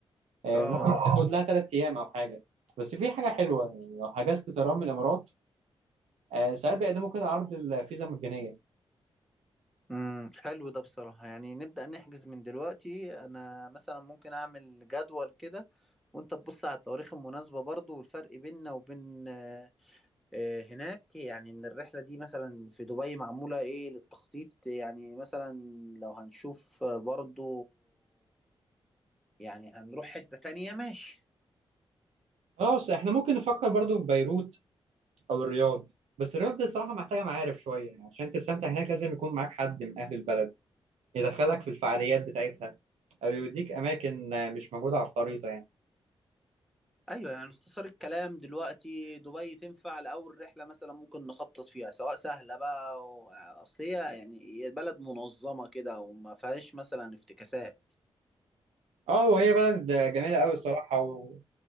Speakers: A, on the right (about 85°); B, in the centre.
A: آه،
B: اه
A: ممكن تاخد لها ثلاث ايام او حاجه بس في حاجه حلوه يعني لو حجزت طيران من الامارات آه، ساعات بيقدموا كده عرض الفيزا مجانيه
B: امم حلو ده بصراحة يعني نبدأ نحجز من دلوقتي انا مثلا ممكن اعمل جدول كده وانت تبص على التواريخ المناسبة برضو والفرق بيننا وبين آه، هناك يعني ان الرحله دي مثلا في دبي معموله ايه للتخطيط يعني مثلا لو هنشوف آه، برضو يعني هنروح حته تانية ماشي
A: خلاص احنا ممكن نفكر برضو في بيروت او الرياض بس الرياض دي صراحه محتاجه معارف شويه يعني عشان تستمتع هناك لازم يكون معاك حد من اهل البلد يدخلك في الفعاليات بتاعتها او يوديك اماكن آه، مش موجوده على الخريطه يعني
B: ايوه يعني اختصار الكلام دلوقتي دبي تنفع لاول رحله مثلا ممكن نخطط فيها سواء سهله بقى و- اصل هي يعني هي بلد منظمه كده وما فيهاش مثلا افتكاسات
A: اه وهي بلد آه، جميله قوي الصراحه و...